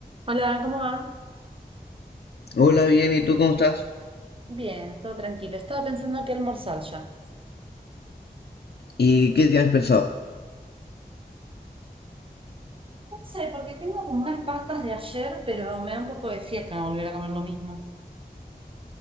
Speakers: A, on the right (about 35°); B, on the left (about 80°).
A: Hola, ¿cómo va?
B: Hola, bien, ¿y tú cómo estás?
A: Bien, todo tranquilo. Estaba pensando que almorzar ya.
B: ¿Y qué tienes pensado?
A: No sé, porque tengo como unas pastas de ayer, pero me da un poco de fiaca volver a comer lo mismo.